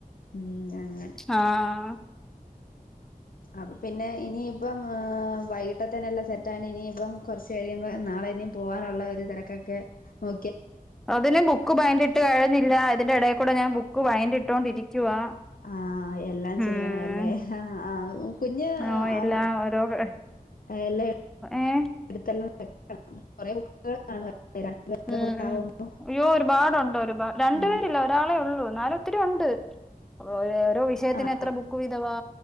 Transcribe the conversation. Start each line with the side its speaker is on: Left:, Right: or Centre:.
Left: ഉം അങ്ങനെ.
Centre: ആഹ്
Left: അപ്പൊ പിന്നെ ഇനിയിപ്പം വൈകിട്ടത്തെന് എല്ലാം സെറ്റ് ആയോണ്ട് ഇനിയിപ്പം കുറച്ച് കഴിയുമ്പോ നാളെ ഇനി പോകാനുള്ള ഒരു തിരക്കൊക്കെ നോ
Centre: അതിന് ബുക്ക് ഭയറ്റ് ഇട്ട് കഴിഞ്ഞില്ല ഇതിന്റെ ഇടേ കൂടെ ഞാൻ ബുക്ക് ഭയറ്റ്ട്ടൊണ്ടിരി ക്കുവാ
Left: ആഹ് എല്ലാം
Centre: ഉം
Left: ചെയ്യണം അല്ലേ ആഹ് ആഹ് കുഞ്ഞ്
Centre: ആ എല്ലാം
Left: അവ
Centre: ഓരോ. <unintelligible>
Left: എല്ലാം
Centre: ഏഹ്
Left: ഇടുത്ത് ങ്ങ് വെയ്ക്ക ണ്ണം കൊറെ ബുക്ക്‌ കൾ കാണുവല്ലോ രണ്ട്
Centre: ഉം
Left: പേര് കൂടെ
Centre: ഉം
Left: ആവുമ്പോ.
Centre: അയ്യോ ഒരുപാടുണ്ട് ഒരുപാ രണ്ട്
Left: ആഹ്
Centre: പേരില്ല ഒരാളെ ഉള്ളൂ എന്നാലും ഒത്തിരി ഉണ്ട്. ഓരോ രോ വിഷയത്തിന്
Left: ആഹ്
Centre: എത്ര ബുക്ക് വിതവാ